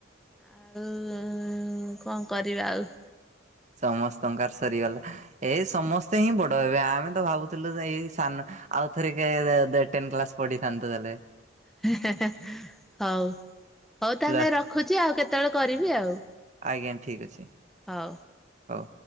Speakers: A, in the centre; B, on the right.
A: ଆଉ କଣ କରିବା ଆଉ।
B: ସମସ୍ତଙ୍କର ସରିଗଲା ଏଇ ସମସ୍ତେ ହିଁ ବଡ ହେବେ ଆମେ ତ ଭାବୁଥିଲୁ ଯେ ଏଇ ସାନ ଆଉଥରେ କେ ଟେନ କ୍ଲାସ ପଢିଥାନ୍ତୁ ହେଲେ
A: ହେଁ ହେଁ ହଉ ହଉ ତାହଲେ
B: ପ୍ଲସ
A: ରଖୁଚି ଆଉ କେତେବେଳେ କରିବି ଆଉ।
B: ଆଜ୍ଞା ଠିକ ଅଛି।
A: ହଉ।
B: ହଉ।